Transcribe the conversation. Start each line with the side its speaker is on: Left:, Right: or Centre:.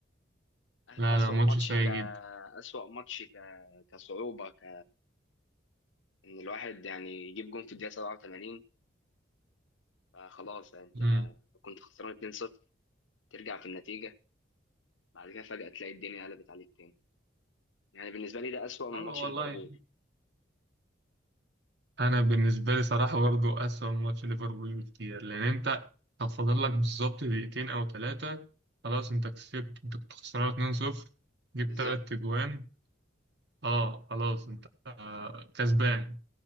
Left: أسوأ
Right: لا لا ماتش
Left: ماتش
Right: سيء
Left: ك أسوأ ماتش ك كصعوبة ك إن الواحد يعني يجيب جون في الدقيقة 87 فخلاص أنت
Right: جدا
Left: كنت خسران 2-0 ترجع في النتيجة بعد كده فجأة تلاقي الدنيا قلبت عليك تاني يعني بالنسبة لي ده أسوأ من
Right: اه
Left: ماتش
Right: والله
Left: ليفربول
Right: انا بالنسبه لي صراحه برضه اسوأ من ماتش ليفربول بكتير لان انت كان فاضل لك بالظبط دقيقتين او ثلاثه خلاص انت كسبت انت كنت خسران 2-0 جبت
Left: بالظبط
Right: ثلاث تجوان اه خلاص انت آه، كسبان